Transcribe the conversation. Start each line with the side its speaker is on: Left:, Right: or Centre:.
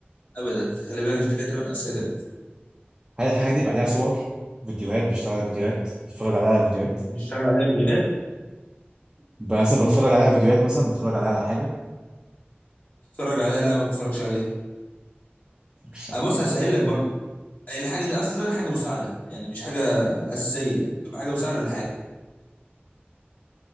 Left: ابدا خلي بالك انت كده تمن اسئله
Right: هل الحاجة دي بيبقى عليها صور؟ فيديوهات بيشتغل على فيديوهات بتفرج عليها على فيديوهات
Left: بتشتغل عليها فيديوهات
Right: مثلا بتفرج عليها على فيديوهات مثلا بتفرج عليها على حاجة
Left: بتتفرج عليها لا ما بتتفرجش عليها
Right: الشعبية
Left: أه بص هسهل لك برضه الحاجه دي اصلا حاجه مساعده يعني مش حاجه اساسيه تبقى حاجه مساعده للحاجه